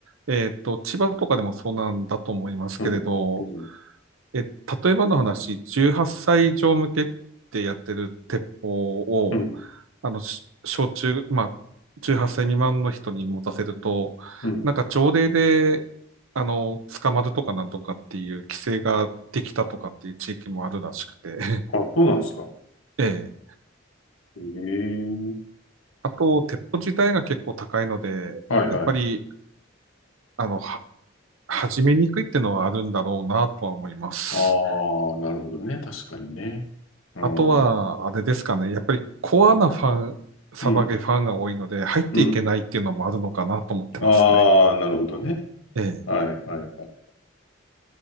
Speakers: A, on the right; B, on the left.
A: えっと、千葉とかでもそうなんだと思いますけれど、
B: うん、うん、
A: え、例えばの話、18歳以上向けってやってる鉄砲を、
B: うん。
A: あの、し小中、まあ、18歳未満の人に持たせると、
B: うん
A: なんか条例で、あの、捕まるとかなんとかっていう規制ができたとかっていう地域もあるらしくて、<laughs>
B: あ、そうなんですか。
A: ええ。
B: へえ。
A: あと、鉄砲自体が結構高いので、
B: はいはい。
A: やっぱり、あの、は、始めにくいってのはあるんだろうなとは思います。
B: ああ、なるほどね。確かにね。うん。
A: あとは、
B: う
A: あれですかね。やっぱりコアなファン、サバゲファンが多いので、
B: ん。
A: 入っていけないっていうのもあるのかなと思ってますね。
B: うん。ああ、なるほどね。
A: ええ。
B: はいはいはい。